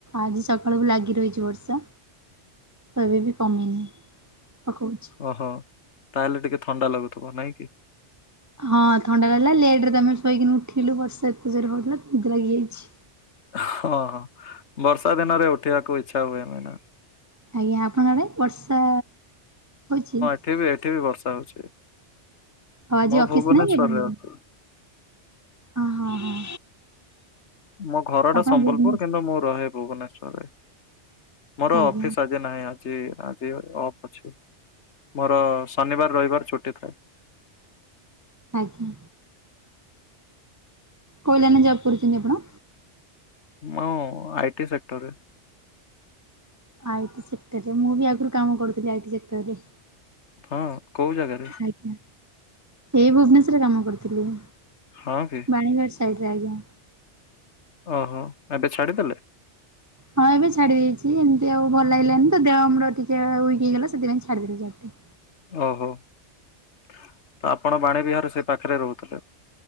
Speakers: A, on the right; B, on the left.
A: ଆଜି ସକାଳକୁୁ ଲାଗି ରହିଛି ବର୍ଷା। ଏବେ ବି କମିନି ପକଉଛି।
B: ଓହୋ ତାହେଲେ ଟିକେ ଥଣ୍ଡା ଲାଗୁଥିବ ନାଇଁ କି?
A: ହଁ ଥଣ୍ଡା ଲାଗିଲା ଲେଟ୍ ରେ ତ ଆମେ ଶୋଇକିନି ଉଠିଲୁ ବର୍ଷା ଏତେ ଜୋରେ ହଉଥିଲା ନିଦ ଲାଗିଯାଇଛି।
B: ହଁ ବର୍ଷା ଦିନରେ ଉଠିବାକୁ ଇଛା ହୁଏନି ନା?
A: ଆଜ୍ଞା ଆପଣଙ୍କ ଆଡେ ବର୍ଷା ହଉଛି?
B: ଏଠିବି ଏଠିବି ବର୍ଷା ହଉଛି।
A: ହଁ ଆଜି
B: ମୁଁ
A: ଅଫିସ୍
B: ଭୁବନେଶ୍ଵରରେ
A: ନାଇଁ କି ଆପଣଙ୍କର?
B: ଅଛି।
A: ଅ ହଁ ହଁ।
B: ମୋ ଘର ଟା
A: ଆପଣ
B: ସମ୍ବଲପୁର
A: ଭୁବନେଶ୍ୱର
B: କିନ୍ତୁ ମୁଁ ରହେ ଭୁବନେଶ୍ଵରରେ। ମୋର
A: ଆଜ୍ଞା
B: ଅଫିସ୍ ଆ ନାହିଁ ଆଜି ଆଜି ଅଫ୍ ଅଛି। ମୋର ଶନିବାର ରଇବାର ଛୁଟି ଥାଏ।
A: ଆଜ୍ଞା। କୋଉ ଲାଇନ୍ ରେ ଯବ୍ କରିଛନ୍ତି ଆପଣ?
B: ମୁଁ ଆଇଟି ସେକ୍ଟରରେ।
A: ଆଇଟି ସେକ୍ଟରରେ ମୁଁ ବି ଆଗରୁ କାମ କରୁଥିଲି ଆଇଟି ସେକ୍ଟରରେ।
B: ହଁ କୋଉ ଜାଗାରେ?
A: ଆଜ୍ଞା, ଏ ଭୁବନେଶ୍ଵରରେ କାମ କରିଥିଲି,
B: ହଁ କି?
A: ବାଣିଗଡ଼ ସାଇଡ଼ରେ ଆଜ୍ଞା।
B: ଓହଁ, ଏବେ ଛାଡ଼ିଦେଲେ?
A: ହଁ ଏବେ ଛାଡି ଦେଇଛି ଏମିତି ଆଉ ଭଲ ଲାଗିଲାନି ତ ଦେହ ଆମର ଟିକେ ୱିକ୍ ହେଇଗଲା ସେଥିପାଇଁ ଛାଡିଦେଲି। <unintelligible>
B: ଓହୋ ତ ଆପଣ ବାଣୀବିହାରରୁ ସେ ପାଖରେ ରହୁଥିଲେ।